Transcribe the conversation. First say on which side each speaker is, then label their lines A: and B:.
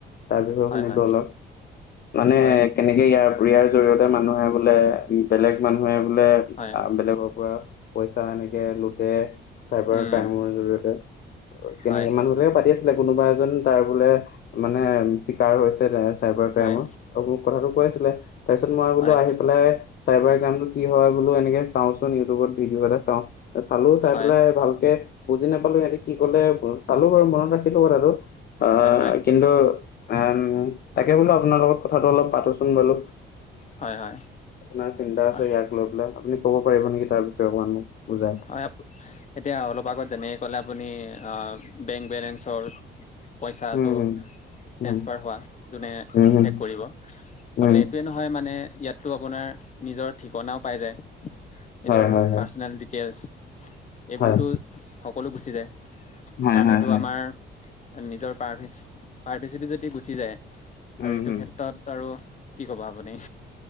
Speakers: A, on the left (about 50°); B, on the left (about 35°).
A: তাৰ বিষয়ে
B: হয়,
A: শুনিলো
B: হয়,
A: অলপ। মানে
B: হয়,
A: কেনেকে ইয়াৰ ইয়াৰ জৰিয়তে মানুহে বোলে বোলে বেলেগ মানুহে বোলে
B: হয়,
A: আ, বেলেগৰ পৰা পইচা এনেকে লুতে। চাইবাৰ
B: উম,
A: ক্ৰাইমৰ জৰিয়তে, কেনেকে
B: হয়,
A: মানুহ বিলাকে পাতি আছ কোনোবা এজন তাৰ বোলে মানে চিকাৰ হৈছ ছিলে চাইবাৰ ক্ৰাইমৰ,
B: হয়,
A: আৰু মোক কথাটো কৈ আছিলে, তাৰপিছত মই বোলো
B: হয়,
A: আহিল পেলাই, চাইবাৰ ক্ৰাইম নো কি হয় বোলো এনেকে চাওঁ চোন ইউটিউবত ভিডিঅ' এটা চাওঁ। চালো চাই
B: হয়,
A: পেলাই ভালকে বুজি নাপালো সিহঁতে কি কলে চালো বাৰু মনত ৰাখিলো কথাটো অঁ
B: হয়, হয়,
A: কিন্তু এ তাকে বোলো আপোনাৰ লগত কথাটো অলপ পাাতোচোন বাৰু
B: হয় হয়
A: আপোনাৰ চিন্তা আছে
B: হয়,
A: ইয়াক লৈ পেলাই আপুনি ক'ব পাৰিব নেকি তাৰ বিষয়ে অকমান মোক বুজাই
B: হয় এতিয়া অলপ আগত যেনেক ক'লে আপুনি বেংক বেলেঞ্চৰ পইচাটো
A: উম হম
B: ট্ৰেন্সফাৰ
A: উম
B: হোৱা যোনে
A: উম হম
B: হেক কৰিব হ'লে
A: উম
B: এইটোৱে নহয় মানে ইয়াততো আপোনাৰ নিজৰ ঠিকনাও পাই যায় নিজৰ
A: হয়, হয়, হয়,
B: পাৰ্চনেল ডিটেইলছ এইবোৰতো
A: হয়।
B: সকলো গুচি যায় কাৰণ
A: হয়, হয়,
B: এইটো
A: হয়।
B: আমাৰ নিজৰ পাৰ প্ৰাইভেইচি যদি গুচি যায় আৰু
A: উম,
B: এইটো
A: হুম।
B: ক্ষেত্ৰত আৰু কি কব আপুনি